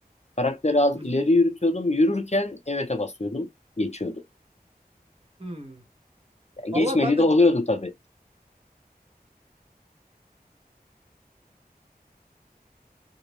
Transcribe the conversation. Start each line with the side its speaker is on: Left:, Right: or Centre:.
Left: Karakteri az
Right: Hı
Left: ileri
Right: hı.
Left: yürütüyordum. Yürürken evet'e basıyordum. Geçiyordu.
Right: Hmm.
Left: Ya geçmediği
Right: Valla ben de
Left: de oluyordu
Right: bir
Left: tabii.